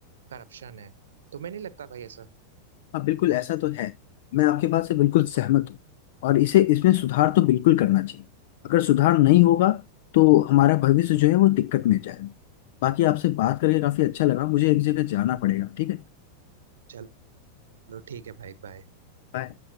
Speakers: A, on the right; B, on the left.
A: करप्शन है तुम्हें नहीं लगता भाई ऐसा
B: हाँ बिल्कुल ऐसा तो है मैं आपके बात से बिल्कुल सहमत हूँ और इसे इसमें सुधार तो बिल्कुल करना चाहिए अगर सुधार नहीं होगा तो हमारा भविष्य जो है वो दिक्कत में जाएगा बाकी आपसे बात करके काफी अच्छा लगा मुझे एक जगह जाना पड़ेगा ठीक है
A: चलो ठीक है भाई बाय
B: Bye.